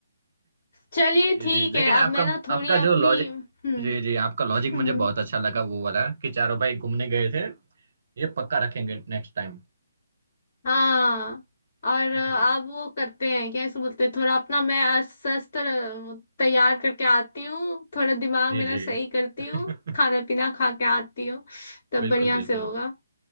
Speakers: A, on the left; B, on the right.
A: चलिए
B: जी
A: ठीक
B: जी लेकिन
A: है
B: आपका
A: अब मैं ना थोड़ी
B: आपका
A: अपनी
B: जो लॉजिक
A: हम्म
B: जी जी आपका लॉजिक
A: हम्म
B: मुझे बहुत अच्छा लगा वो वाला कि चारों भाई घूमने गए थे ये पक्का रखेंगे नेक्स्ट टाइम
A: हाँ और अ, आप
B: जी
A: वो करते हैं क्या इसको बोलते हैं थोड़ा अपना मैं अस्वस्थ तैयार करके आती हूँ थोड़ा दिमाग
B: जी
A: मेरा
B: जी
A: सही करती
B: <laughs>
A: हूँ खाना पीना खा के आती हूँ तब
B: बिल्कुल
A: बढ़िया
B: बिल्कुल
A: से होगा